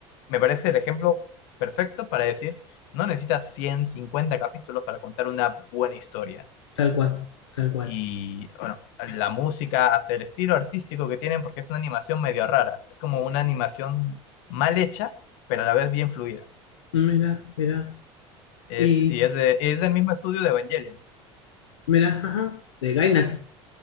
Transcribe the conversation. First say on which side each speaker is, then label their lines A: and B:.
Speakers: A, on the left; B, on the left.
A: me parece el ejemplo perfecto para decir, no necesitas 150 capítulos para contar una buena historia.
B: Tal cual, tal cual.
A: Y bueno, la música, hasta el estilo artístico que tienen, porque es una animación medio rara, es como una animación mal hecha, pero a la vez bien fluida.
B: Mira, mira.
A: Es,
B: Y
A: y es, de- es del mismo estudio de Evangelion.
B: Mira, ajá, de Gainax,